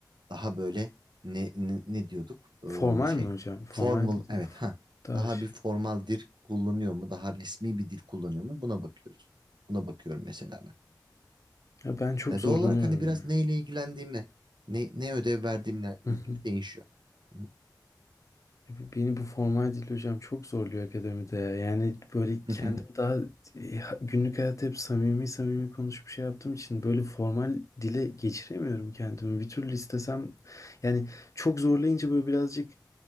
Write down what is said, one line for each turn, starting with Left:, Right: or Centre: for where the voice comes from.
Right: daha böyle ne ne, ne diyorduk? Ee,
Left: Formal
Right: şey
Left: mi hocam? Formal
Right: formal
Left: bir dil.
Right: evet ha
Left: Daha
Right: daha
Left: şey.
Right: bir formal dil kullanıyor mu? Daha resmi bir dil kullanıyor mu? Buna bakıyoruz. Buna bakıyorum mesela ben.
Left: Ya ben çok
Right: E,
Left: zorlanıyorum
Right: doğal olarak hani biraz
Left: ya.
Right: neyle ilgilendiğime, ne ne ödev verdiğimle
Left: Hı
Right: ilgili
Left: hı.
Right: değişiyor. Hı.
Left: Ya b- Beni bu formal dil hocam çok zorluyor akademide ya. Yani böyle kendim
Right: hı. <laughs>
Left: daha e, ha- günlük hayatta hep samimi samimi konuşup şey yaptığım için böyle formal dile geçiremiyorum kendimi. Bir türlü istesem yani çok zorlayınca böyle birazcık